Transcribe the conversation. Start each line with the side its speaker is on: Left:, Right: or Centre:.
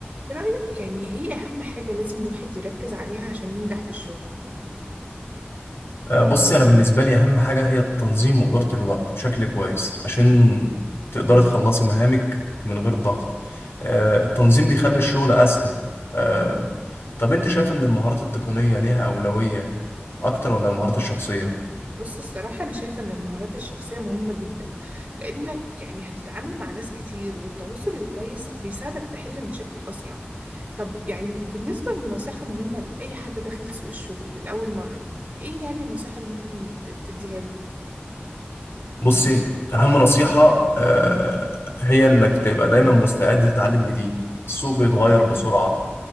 Right: في رأيك يعني إيه أهم حاجة لازم الواحد يركز عليها عشان ينجح في الشغل؟
Left: آه، بصي أنا بالنسبة لي أهم حاجة هي التنظيم وإدارة الوقت بشكل كويس عشان تقدري تخلصي مهامك من غير ضغط آه، التنظيم بيخلي الشغل أسهل آه، طب أنت شايف إن المهارات التقنية ليها أولوية أكتر ولا المهارات الشخصية؟
Right: بص الصراحة أنا شايفة إن المهارات الشخصية مهمة جدا لأنك يعني هتتعامل مع ناس كتير والتواصل الكويس بيساعدك تحل مشاكل أسرع طب يعني بالنسبة للنصيحة مهمة لأي حد داخل سوق الشغل لأول مرة إيه يعني النصيحة اللي ممكن ت- تديها له؟
Left: بصي أهم نصيحة آه، هي إنك تبقى دايما مستعد تتعلم جديد السوق بيتغير بسرعة